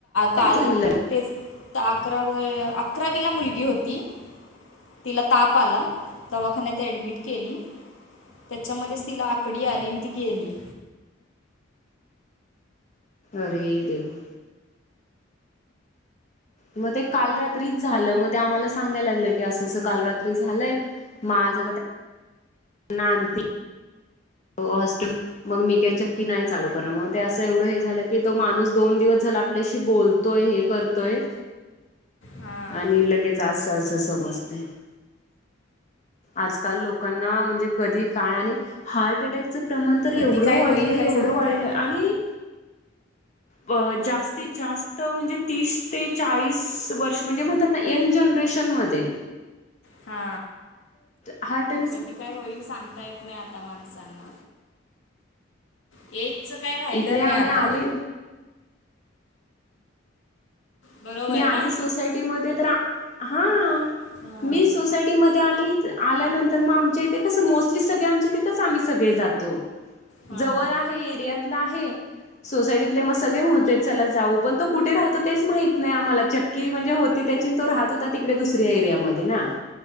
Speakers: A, on the left; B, on the left.
A: काल
B: झालेला
A: तेच तर अकरावी ला, अकरावीला मुलगी होती. तिला ताप आला दवाखान्यात ऍडमिट केली त्याच्यामध्येच तिला आकडी आली, आणि ती गेली
B: अरे.... देवा मग ते काल रात्रीच झालं, मग ते आम्हाला सांगायला लागलं, की असं- असं काल रात्री झालंय माझ नाती होस्ट मग मी काही चक्की नाही चालू कर मग ते असं एवढं हे झालं की तो माणूस दोन दिवस झाला आपल्याशी बोलतो. तो हे करतोय.
A: हां
B: आणि लगेच असं असं समजते. आजकाल लोकांना म्हणजे कधी काय आणि हार्ट अटॅकचं प्रमाण तर एवढं
A: कधी काय
B: वाढलं
A: होईल
B: एवढं
A: काय सांगता
B: वाढलं
A: येत
B: आणि अ जास्तीत जास्त म्हणजे तीस ते चाळीस वर्ष म्हणजे म्हणतात. आता यंग जनरेशनमध्ये
A: हा
B: हर ट
A: कधी काय होईल सांगता येत नाही आता माणसांना हेच काय राहिलं
B: इकडे आम्ही
A: नाही आता
B: आले
A: बरोबर
B: मी आली
A: ना
B: सोसायटीमध्ये तर हा
A: हां
B: मी सोसायटी मध्ये आली, आल्यानंतर मग आमच्या इथे कसं मोस्टली सगळे आमच्या तिथेच आम्ही सगळे जातो.
A: हां
B: जवळ
A: हां
B: आहे एरियात आहे सोसायटीतले म सगळे म्हणत चला जाऊ पण तो कुठे राहतो? तेच माहित नाही आम्हाला चक्की म्हणजे होती. त्याची तो राहत होता, तिकडे दुसऱ्या एरियामध्ये ना.